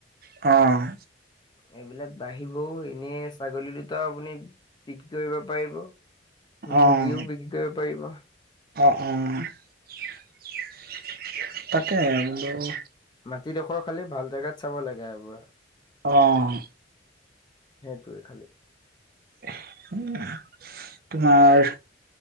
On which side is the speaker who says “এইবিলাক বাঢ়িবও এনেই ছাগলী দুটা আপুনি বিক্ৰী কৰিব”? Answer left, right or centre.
Left